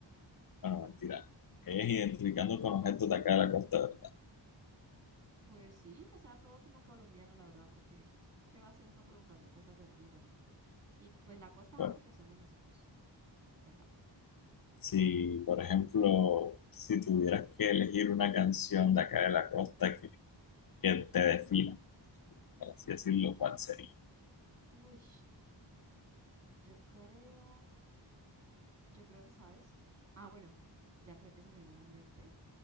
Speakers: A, on the left; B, on the right.
A: bueno, mentira, es identificando con objetos de acá de la costa, ¿verdad?
B: Pues sí, que sea todo como colombiano, la verdad, porque ¿qué va a hacer uno preguntando cosas de otro lugar? Y pues la costa,
A: Bueno,
B: ah, porque somos nosotros de acá.
A: Si, por ejemplo, si tuvieras que elegir una canción de acá de la costa que, que te defina, por así decirlo, ¿cuál sería?
B: Uy, yo creo, yo creo que sabes. Ah, bueno, ya creo que se me vino una en mente.